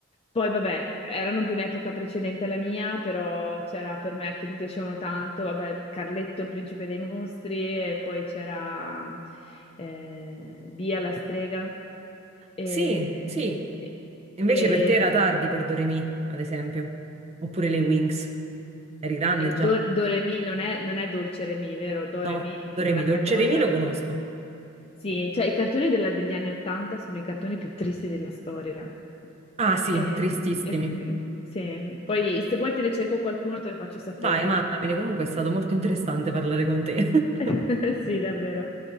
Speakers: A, on the left; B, on the right.
A: Poi, vabbè, erano di un'epoca precedente alla mia, però c'era per me che mi piacevano tanto, vabbè, Carletto, il principe dei mostri, e poi c'era eh, Bia la strega. E,
B: sì, sì.
A: e,
B: Invece
A: e-
B: per te era tardi per Doremi, ad esempio. Oppure le Wings. Eri grande
A: e
B: già?
A: Do, Doremi non è, non è Dolce Remi, vero? Doremi
B: No, Doremi,
A: è un'altra
B: Dolce
A: cosa.
B: Remi lo conosco.
A: Sì, cioè i cartoni della- degli anni Ottanta sono i cartoni più tristi della storia.
B: Ah sì,
A: Eh,
B: tristissimi.
A: eh, eh, sì. Poi se vuoi te ne cerco qualcuno, te lo faccio sapere.
B: Vai, mandameli, comunque è stato molto interessante parlare con te.
A: <laughs>
B: <laughs>
A: Sì, davvero.